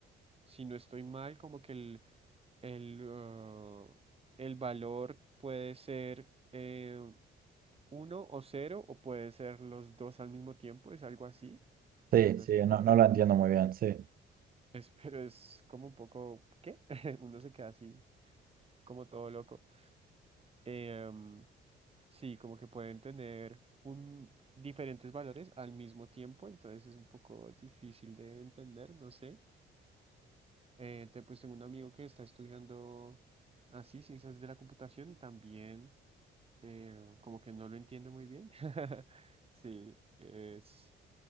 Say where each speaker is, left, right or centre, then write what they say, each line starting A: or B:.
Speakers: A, on the right; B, on the right.
A: si no estoy mal, como que el, el, uh, el valor puede ser eh, uno o cero, o puede ser los dos al mismo tiempo, es algo así,
B: Sí,
A: si no
B: sí,
A: estoy mal.
B: no, no
A: <laughs>
B: lo entiendo muy bien, sí.
A: Es, pero es como un poco, ¿qué? <laughs> Uno se queda así, como todo loco. Em, sí, como que pueden tener un, diferentes valores al mismo tiempo, entonces es un poco difícil de entender, no sé. Eh, te- pues tengo un amigo que está estudiando así, ciencias de la computación, y también eh, como que no lo entiende muy bien. <laughs> Sí, es...